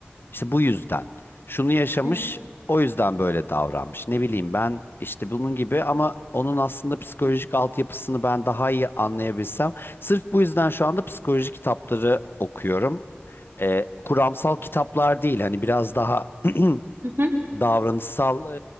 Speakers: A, on the left; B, on the right.
A: İşte bu yüzden. Şunu yaşamış,
B: hmm,
A: o yüzden böyle davranmış. Ne bileyim ben işte bunun gibi ama onun aslında psikolojik altyapısını ben daha iyi anlayabilsem. Sırf bu yüzden şu anda psikoloji kitapları okuyorum. Ee, kuramsal kitaplar değil, hani biraz daha <clears throat>
B: hı hı.
A: davranışsal